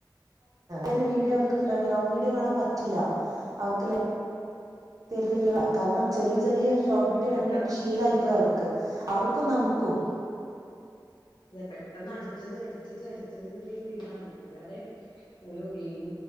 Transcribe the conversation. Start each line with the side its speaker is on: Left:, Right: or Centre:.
Right: ഒരു വീഡിയോ അവർക്ക് ലോ വീഡിയോ കാണാൻ പറ്റില്ല അവർക്ക് വീ കാരണം ചെറിയ ചെറിയ ചോട്ട്ബീട്ട
Left: പെട്ടെന്ന്
Right: കണ്ടണ്ട് ശീലയിപ്പോയ അവർക്ക് അവർക്കും നമുക്കും
Left: അ പെട്ടെന്ന് അടുത്തത് അടുത്തത് അടുത്തത് എന്നുള്ളൊ ഇതാണ് കൂടാതെ ഓരോ ഗെയിം